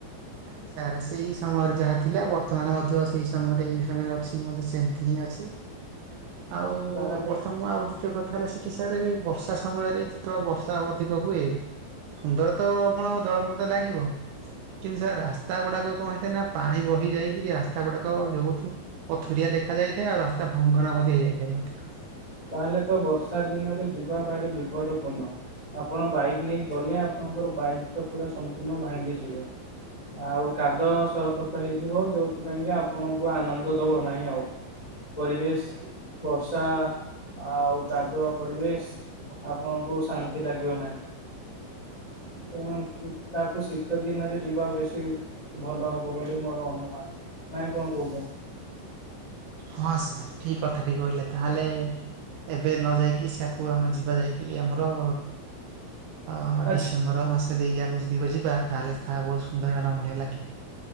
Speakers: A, on the right (about 80°); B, on the left (about 25°).
A: ନାଇଁ ସାର୍, ସେଇ ସମୟରେ ଯାହା ଥିଲା ବର୍ତ୍ତମାନ ମଧ୍ୟ ସେଇ ସମୟରେ ଏଇ ସମୟରେ ଅଛି ମଧ୍ୟ ସେମିତି ହିଁ ଅଛି। ଆଉ
B: ତାହେଲେ
A: ବର୍ତ୍ତମାନ ଆଉ ଦ୍ଵିତୀୟ କଥା ହେଲା ସେଠି ସାର୍ ଏବେ ବର୍ଷା ସମୟରେ ଯେତେବେଳେ ବର୍ଷା ଅଧିକ ହୁଏ ସୁନ୍ଦର ତ ଆପଣଙ୍କୁ ଜଳପ୍ରପାତ ଲାଗିବ। କିନ୍ତୁ ସାର୍ ରାସ୍ତା ଗୁଡ଼ାକ କଣ ହେଇଥାନ୍ତି ନା, ପାଣି ବହି ଯାଇକିରି ରାସ୍ତା ଗୁଡ଼ାକ <unintelligible> ପଥୁରିଆ ଦେଖା ଯାଇଥାଏ। ଆଉ ରାସ୍ତା ଭଙ୍ଗଣା ମଧ୍ୟ ହେଇ ଯାଇଥାଏ ଅଧିକ।
B: ତାହେଲେ ତ ବର୍ଷା ଦିନରେ ଯିବା ଭାରି ବିପଦ ପୂର୍ଣ୍ଣ। ଆପଣ ବାଇକ୍ ନେଇ ଗଲେ ଆପଣଙ୍କର ବାଇକ୍ ତ ପୁରା ସମ୍ପୂର୍ଣ୍ଣ ଭାଙ୍ଗିଯିବ। ଆଉ କାଦ ସରପଟ ହେଇଯିବ ଯୋଉଥିପାଇଁ କା ଆପଣଙ୍କୁ ଆନନ୍ଦ ଦବ ନାହିଁ ଆଉ ପରିବେଶ, ବର୍ଷା ଆଉ କାଦୁଆ ପରିବେଶ ଆପଣଙ୍କୁ ଶାନ୍ତି ଲାଗିବ ନାହିଁ। ତେଣୁ ତାକୁ ଶୀତ ଦିନରେ ଯିବା ବେଶୀ ଭଲ ହବ ବୋଲି ମୋର ଅନୁମାନ। ନାଇଁ କଣ କହୁଛନ୍ତି?
A: ହଁ ସାର୍, ଠିକ କଥା ଟିକେ କହିଲେ ତାହେଲେ ଏବେ ନ ଯାଇକି ସେକୁ ଆମେ ଯିବା ଯାଇକରି ଆମର ଅ
B: ଆଚ୍ଛା
A: ଡିସେମ୍ବର ମାସ ଦେଇକି ଆମେ ଯଦି ଯିବା ତାହେଲେ ତାହା ବହୁତ ସୁନ୍ଦର, ରମଣୀୟ ଲାଗିବ।